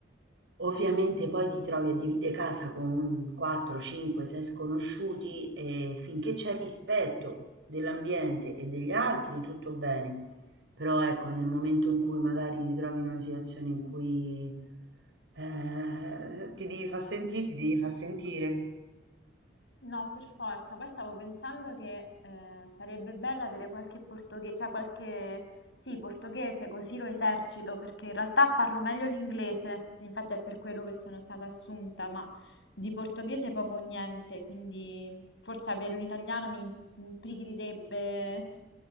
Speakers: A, on the right; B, on the left.
A: ovviamente poi ti trovi a dividere casa con 4, 5, 6 sconosciuti e finché c'è rispetto dell'ambiente e degli altri tutto bene, però ecco, nel momento in cui magari ti trovi in una situazione in cui eh, ti devi far sentire, ti devi far sentire.
B: No, per forza. Poi stavo pensando che eh, sarebbe bello avere qualche portoghese, cioè qualche... Sì, portoghese, così lo esercito, perché in realtà parlo meglio l'inglese, infatti è per quello che sono stata assunta, ma di portoghese poco o niente, quindi forse avere un italiano mi imprigrirebbe